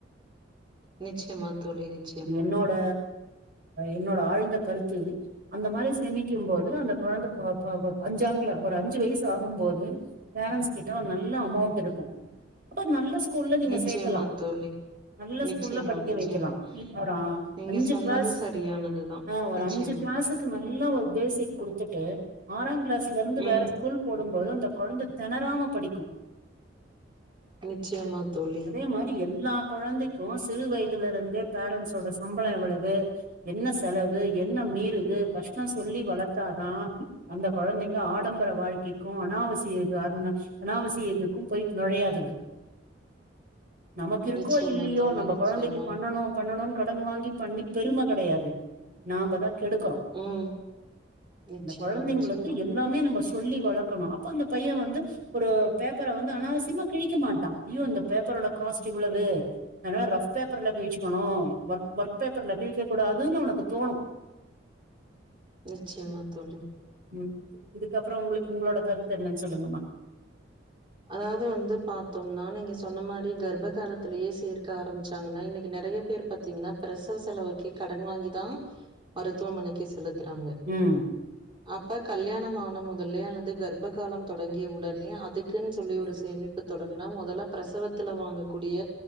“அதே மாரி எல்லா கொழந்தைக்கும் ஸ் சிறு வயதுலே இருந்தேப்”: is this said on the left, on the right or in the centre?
Right